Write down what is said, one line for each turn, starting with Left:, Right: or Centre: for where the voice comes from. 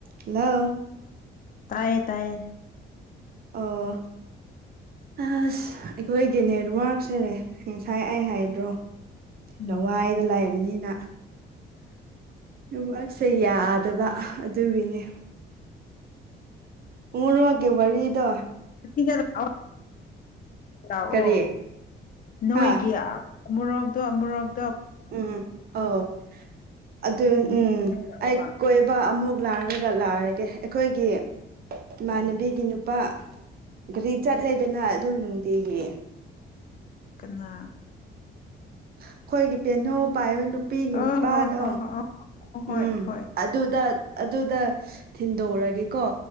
Right: Hello
Left: ꯇꯌꯦ ꯇꯌꯦ
Right: ꯑꯥ ꯑꯁ ꯑꯩꯈꯣꯏꯒꯤ ꯅꯦꯠꯋꯥꯔꯛꯁꯦ ꯉꯁꯥꯏ ꯑꯩ ꯍꯥꯏꯗ꯭ꯔꯣ
Left: ꯎꯝ
Right: ꯂꯋꯥꯏꯗ ꯂꯥꯛꯑꯕꯅꯤꯅ ꯋꯥꯛꯁꯦ ꯌꯥꯗꯕ ꯑꯗꯨꯒꯤꯅꯤ ꯎꯔ ꯋꯥꯒꯦ ꯋꯥꯔꯤꯔꯗꯣ
Left: ꯂꯥꯛꯑꯣ ꯂꯥꯛꯑꯣ
Right: ꯀꯔꯤ
Left: ꯅꯣꯏꯒꯤ
Right: ꯍꯥ
Left: ꯑꯃꯨꯔꯣꯛꯗꯣ ꯑꯃꯨꯔꯣꯛꯗꯣ
Right: ꯎꯝ ꯑꯧ ꯑꯗꯨ
Left: ꯌꯦꯡꯉꯒ
Right: ꯎꯝ ꯑꯩ ꯀꯣꯏꯕ ꯑꯃꯨꯛ ꯂꯥꯛꯔꯒ ꯂꯥꯛꯑꯒꯦ ꯑꯩꯈꯣꯏꯒꯤ ꯏꯃꯥꯟꯅꯕꯤꯒꯤ
Left: ꯎꯝ
Right: ꯅꯨꯄꯥ ꯒꯥꯔꯤ ꯆꯠꯂꯦꯗꯅ ꯑꯗꯨꯝ ꯅꯨꯡꯇꯤꯒꯤ
Left: ꯀꯅꯥ
Right: ꯑꯩꯈꯣꯏꯒꯤ ꯄꯦꯅꯧ ꯄꯥꯏꯕ ꯅꯨ ꯅꯨꯄꯤꯒꯤ
Left: ꯑ
Right: ꯅꯨꯄꯥꯗꯣ
Left: ꯍꯣ ꯍꯣ ꯍꯣ ꯑꯣ ꯍꯣꯏ
Right: ꯎꯝ
Left: ꯍꯣꯏ
Right: ꯑꯗꯨꯗ ꯑꯗꯨꯗ ꯊꯤꯟꯗꯣꯛꯎꯔꯒꯦꯀꯣ